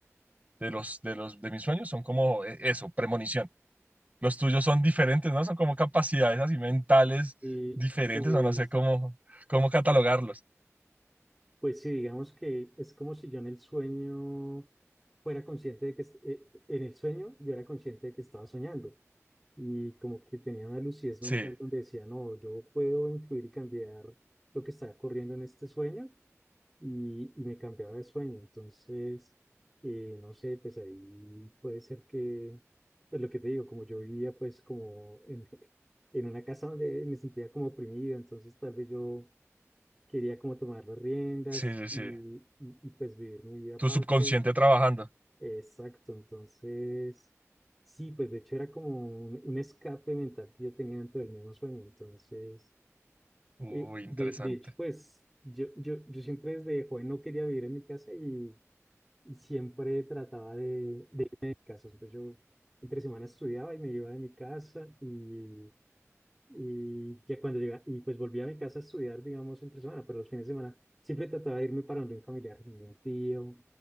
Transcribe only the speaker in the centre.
Y
pues,
pues sí, digamos que es como si yo en el sueño fuera consciente de que, es- eh, en el sueño yo era consciente de que estaba soñando y como que tenía una lucidez
mental donde decía, no, yo puedo influir y cambiar lo que está corriendo en este sueño y, y me cambiaba de sueño. Entonces, eh, no sé, pues ahí puede ser que, pues lo que te digo, como yo vivía pues como en, <laughs> en una casa donde me sentía como oprimido, entonces tal vez yo quería como tomar las riendas
y,
y- y, pues vivir mi vida aparte
Exacto, entonces, sí, pues de hecho era como un, un escape mental que yo tenía dentro del mismo sueño, entonces,
eh,
de, de hecho, pues yo, yo, yo siempre desde joven no quería vivir en mi casa y, y siempre trataba de, de irme de mi casa, entonces yo entre semana estudiaba y me iba de mi casa y y ya cuando llega, y pues volví a mi casa a estudiar, digamos, entre semana, pero los fines de semana siempre trataba de irme para donde un familiar, donde un tío,